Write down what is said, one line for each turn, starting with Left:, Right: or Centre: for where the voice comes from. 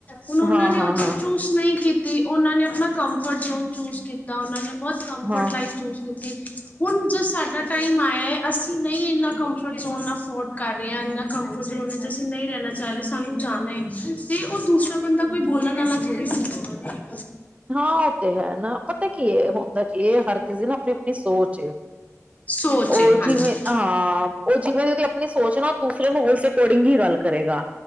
Left: ਹੁਣ ਉਹਨਾਂ
Right: ਹਾਂ
Left: ਨੇ
Right: ਹਾਂ
Left: ਉਹਥ
Right: ਹਾਂ
Left: ਚੂਸ ਕੀਤੀ, ਉਹਨਾਂ ਨੇ ਆਪਣਾ ਕੰਫਰਟ ਜ਼ੋਨ ਚੂਜ ਕੀਤਾ ਉਹਨਾਂ ਨੇ ਬਹੁਤ ਕੰਫਰ
Right: ਹਾਂ
Left: ਲਾਈਫ ਚੂਜ਼ ਕੀਤੀ। ਹੁਣ ਜੋ ਸਾਡਾ ਟਾਈਮ ਆਇਆ ਹੈ। ਅਸੀਂ ਨਹੀਂ ਇੰਨਾ ਕੰਫਰਟ ਜ਼ੋਨ ਅਫੋਰਡ ਕਰ ਰਹੇ ਹਾਂ। ਇਨਾਂ ਕੰਫਰਟ ਜੋਨ ਵਿੱਚ ਅਸੀਂ ਨਹੀਂ ਰਹਿਣਾ ਚਾਹ ਰਹੇ। ਸਾਨੂੰ ਜਾਣਾ ਹੈ। ਤੇ ਉਹ ਦੂਸਰਾ ਬੰਦਾ ਕੋਈ ਬੋਲਣ ਵਾਲਾ ਹੈਂਨੀ <unintelligible>
Right: ਹਾਂ। ਉਹ ਤੇ ਹੈ, ਨਾ ਪਤਾ ਕੀ ਹੁੰਦਾ ਕੀ ਹਰ ਕਿਸੇ ਦੀ ਨਾ ਆਪਣੀ ਆਪਣੀ ਸੋਚ ਹੈ।
Left: ਸੋਚ
Right: ਉਹ
Left: ਏ ਹਾਂਜੀ
Right: ਜਿਵੇਂ ਹਾਂ ਉਹ ਜਿਵੇਂ ਉਹਦੀ ਆਪਣੀ ਸੋਚ ਨਾ ਉਹ ਦੂਸਰੇ ਨੂੰ ਉਸ ਅਕੋਰਡਿੰਗ ਹੀ ਗੱਲ ਕਰੇਗਾ